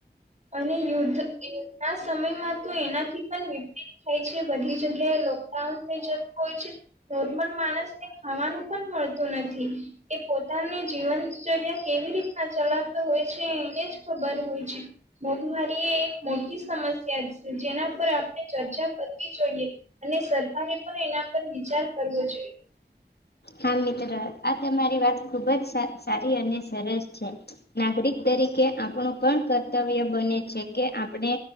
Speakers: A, on the right (about 40°); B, on the left (about 65°).
A: અને યુદ્ધ યુદ્ધ ના સમયમાં તો એના. જીવન વિપરીત થાય છે, બધી જગ્યાએ લોકડાઉન થઈ જતું હોય છે. નોર્મલ માણસને ખાવાનું પણ મળતું નથી. એ પોતાની જીવનચર્યા કેવી રીતના ચલાવતો હોય છે, એને જ ખબર હોય છે. મોંઘવારી એ એક મોટી સમસ્યા છે, જેના પર આપણે ચર્ચા કરવી જોઈએ, અને સરકારે પણ એના પર વિચાર કરવો જોઈએ.
B: હા, મિત્ર, આ તમારી વાત ખુબ સારી અને સરસ છે. નાગરિક તરીકે આપણું પણ કર્તવ્ય બને છે કે, આપણે